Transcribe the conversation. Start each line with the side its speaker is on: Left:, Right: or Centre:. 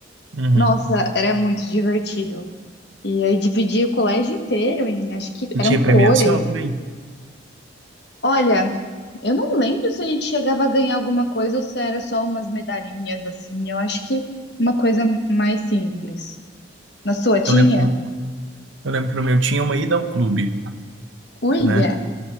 Right: Uhum.
Left: Nossa, era muito divertido. E aí dividia o colégio inteiro em, acho que
Right: E
Left: eram
Right: tinha
Left: cores.
Right: premiação também?
Left: Olha, eu não lembro se a gente chegava a ganhar alguma coisa ou se era só umas medalhinhas assim. Eu acho que uma coisa mais simples. Na sua tinha?
Right: Eu lembro Eu lembro que no meu tinha uma ida ao clube,
Left: Uia!
Right: né?